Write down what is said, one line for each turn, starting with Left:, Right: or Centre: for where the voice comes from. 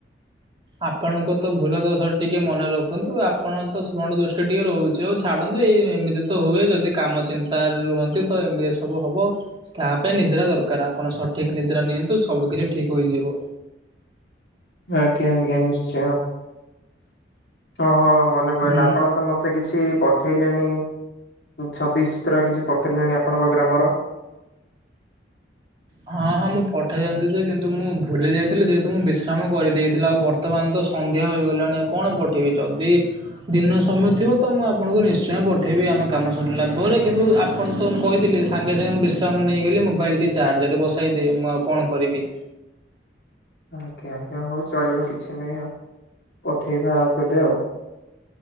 Right: ଆପଣଙ୍କତ ଭୁଲା ଦୋଷ ଟିକେ ମନେ ରଖନ୍ତୁ ଆପଣଙ୍କତ ସ୍ମରଣ ଦୃଷ୍ଟି ଟିକେ ରହୁ ଯଉ ଛାଡ଼ନ୍ତୁ ଏଇ ଏମିତିତ ହୁଏ ଯଦି କାମ ଚିନ୍ତାରେ ରୁହନ୍ତି ତଏମିତି ସବୁ ହବ। ତା ପାଇଁ ନିଦ୍ରା ଦରକାର୍ ଆପଣ ସଠିକ୍ ନିଦ୍ରା ନିଅନ୍ତୁ ସବୁ କିଛି ଠିକ୍ ହୋଇଯିବ।
Left: ଆଜ୍ଞା ଆଜ୍ଞା ନିଶ୍ଚୟ ହଁ ହଁ ମନେ ପଇଲା
Right: ହୁଁ
Left: ଆପଣତ ମତେ ମତେ କିଛି ପଠେଇଲେନି ଛବି ଚିତ୍ର କିଛି ପଠେଇଲେନି ଆପଣଙ୍କ ଗ୍ରାମର?
Right: ହଁ ହଁ ମୁଁ ପଠେଇ ଦିଅନ୍ତିଯେ କିନ୍ତୁ ମୁଁ ଭୁଲି ଯାଇଥିଲି ଯେହେତୁ ମୁଁ ବିଶ୍ରାମ କରିଦେଇଥିଲି ଆଉ ପଠେ ବର୍ତ୍ତମାନତ ସନ୍ଧ୍ୟା ହୋଇଗଲାଣି ଆଁ କଣ ପଠେଇିବି ଯଦି ଦିନ ସମୟ ଥିବ ତ ମୁଁ ଆପଣଙ୍କୁ ନିଶ୍ଚୟ ପଠେଇବି ଆମ କାମ ସରିଲା ପରେ କିନ୍ତୁ ଆପଣ ତାଙ୍କୁ କହିଥିଲି। ସାଙ୍ଗେ ସାଙ୍ଗେ ମୁଁ ବିଶ୍ରାମ ନେଇଗଲି ମୋବାଇଲଟି ଚାର୍ଜରେ ବସାଇଦିଏ ମୁଁ ଆଉ କଣ କରିବି।
Left: ଆଜ୍ଞା ଆଜ୍ଞା ହଉ ଚଳିବ କିଛି ନାହିଁ ଆଉ ପଠେଇବେ ଆଉ କେବେ ଆଉ।